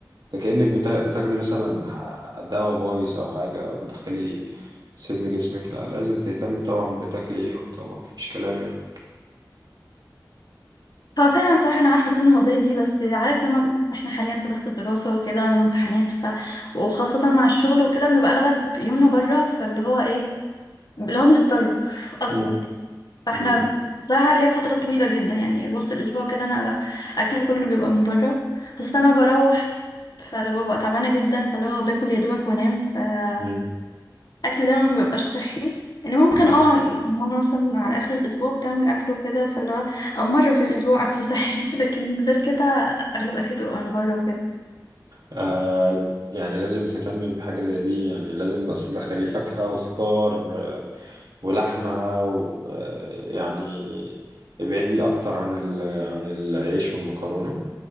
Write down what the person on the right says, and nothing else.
ده كأنك بتا- بتاخدي مثلا ح- دواء بايظ أو حاجة أو بتدخلي سم جسمك لا لازم تهتمي طبعا بتاكلي ايه طبعا مفيش كلام يعني
مم.
مم.
مم.
مم.
آه يعني لازم تهتمي بحاجة زي دي يعني لازم بس تدخلي فاكهة وخضار آه، ولحمة و آه، يعني ابعدي أكتر عن ال عن العيش والمكرونة